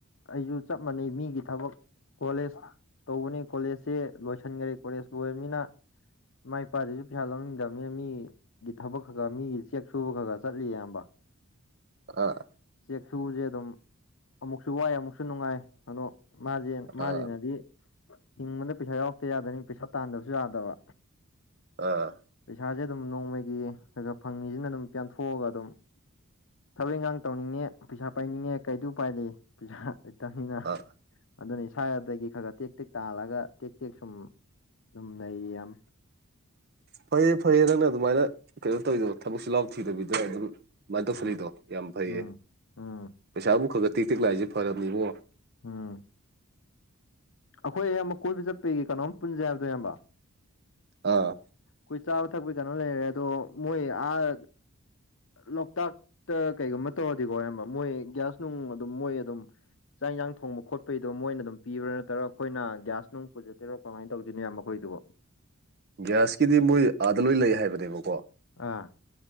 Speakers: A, on the left; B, on the right.
A: ꯑꯩꯁꯨ ꯆꯞ ꯃꯥꯟꯅꯩ ꯃꯤꯒꯤ ꯊꯕꯛ ꯀꯣꯂꯦꯖ ꯇꯧꯕꯅꯤ ꯀꯣꯂꯦꯖꯁꯦ ꯂꯣꯏꯁꯤꯟꯈꯔꯦ ꯀꯣꯂꯦꯖ ꯂꯣꯏꯔꯕꯅꯤꯅ ꯏꯃꯥ ꯏꯄꯥꯗꯁꯨ ꯄꯩꯁꯥ ꯂꯧꯅꯤꯡꯗꯕꯅꯤ ꯃꯤ ꯒꯤ ꯊꯕꯛ ꯈꯔ ꯈꯔ ꯃꯤꯒꯤ ꯆꯦꯛ ꯁꯨꯕ ꯈꯔ ꯈꯔ ꯆꯠꯂꯤꯌꯦ ꯑꯌꯥꯝꯕ
B: ꯑꯥ
A: ꯆꯦꯛꯁꯨꯕꯖꯦ ꯑꯗꯨꯝ ꯑꯃꯨꯛꯁꯨ ꯋꯥꯏ ꯑꯃꯨꯛꯁꯨ ꯅꯨꯡꯉꯥꯏ ꯑꯗꯣ ꯃꯥꯖꯦ ꯃꯥꯖꯤꯅꯗꯤ
B: ꯑꯥ
A: ꯍꯤꯡꯕꯗ ꯄꯩꯁꯥ ꯌꯥꯎꯔꯛꯇ ꯌꯥꯗꯕꯅꯤꯅ ꯄꯩꯁꯥ ꯇꯥꯟꯗꯕꯁꯨ ꯌꯥꯗꯕ
B: ꯑꯥ
A: ꯄꯩꯁꯥꯖꯦ ꯑꯗꯨꯝ ꯅꯣꯡꯃꯒꯤ ꯈꯈꯥ ꯐꯪꯉꯤꯖꯅ ꯑꯗꯨꯝ ꯄꯦꯟꯊꯣꯛꯑꯒ ꯑꯗꯨꯝ ꯊꯕꯛ ꯏꯟꯈꯥꯡ ꯇꯧꯅꯤꯡꯉꯦ ꯄꯩꯁꯥ ꯄꯥꯏꯅꯤꯡꯉꯦ ꯀꯩꯗꯤ ꯎꯄꯥꯏ ꯂꯩ ꯄꯩꯁꯥ ꯂꯩꯇꯝꯅꯤꯅ
B: ꯑꯥ
A: ꯑꯗꯨꯅ ꯏꯁꯥꯋꯥꯗꯒꯤ ꯈꯔ ꯈꯔ ꯇꯦꯛ ꯇꯦꯛ ꯇꯥꯜꯂꯒ ꯇꯦꯛ ꯇꯦꯛ ꯁꯨꯝ ꯑꯗꯨꯝ ꯂꯩꯔꯤ ꯌꯥꯝ
B: ꯐꯩꯌꯦ ꯐꯩꯌꯦ ꯅꯪꯅ ꯑꯗꯨꯃꯥꯏꯅ ꯀꯩꯅꯣ ꯇꯧꯔꯤꯗꯣ ꯊꯕꯛ ꯆꯤꯜꯍꯥꯎ ꯊꯤꯗꯕꯤꯗ ꯑꯗꯨꯝ ꯑꯗꯨꯃꯥꯏ ꯇꯧꯁꯜꯂꯤꯗꯣ
A: ꯎꯝ
B: ꯌꯥꯝ ꯐꯩꯌꯦ
A: ꯎꯝ ꯎꯝ
B: ꯄꯩꯁꯥꯕꯨ ꯈ ꯈ ꯇꯦꯛ ꯇꯦꯛ ꯂꯥꯛꯏꯁꯦ ꯐꯔꯕꯅꯤ ꯏꯕꯨꯡꯉꯣ
A: ꯎꯝ ꯑꯩꯈꯣꯏ ꯏꯌꯥꯝꯕ ꯀꯣꯏꯕ ꯆꯠꯄꯒꯤ ꯀꯩꯅꯣꯝ ꯄꯨꯟꯖꯦ ꯍꯥꯏꯕꯗꯣ ꯏꯌꯥꯝꯕ
B: ꯑꯥ
A: ꯑꯩꯈꯣꯏ ꯆꯥꯕ ꯊꯛꯄꯒꯤ ꯀꯩꯅꯣ ꯂꯩꯔꯦ ꯑꯗꯣ ꯃꯣꯏ ꯑꯥ ꯂꯣꯛꯇꯥꯛꯇ ꯀꯩꯒꯨꯝꯕ ꯇꯧꯔꯗꯤꯀꯣ ꯏꯌꯥꯝꯕ ꯃꯣꯏ ꯒ꯭ꯌꯥꯁ ꯅꯨꯡ ꯑꯗꯨꯝ ꯃꯣꯏ ꯑꯗꯨꯝ ꯆꯥꯛ ꯏꯟꯖꯥꯡ ꯊꯣꯡꯕ ꯈꯣꯠꯄꯩꯗꯣ ꯃꯣꯏꯅ ꯑꯗꯨꯝ ꯄꯤꯕ꯭ꯔꯥ ꯅꯠꯇ꯭ꯔꯒ ꯑꯩꯈꯣꯏꯅ ꯒ꯭ꯌꯥꯁ ꯅꯨꯡ ꯄꯨꯖꯗꯣꯏꯔꯣ ꯀꯃꯥꯏꯟ ꯇꯧꯗꯣꯏꯅꯣ ꯏꯌꯥꯝꯕ ꯈꯣꯏꯗꯨꯕꯨ
B: ꯒ꯭ꯌꯥꯁꯀꯤꯗꯤ ꯃꯣꯏ ꯑꯥꯗ ꯂꯣꯏ ꯂꯩ ꯍꯥꯏꯕꯅꯦꯕꯀꯣ
A: ꯑꯥ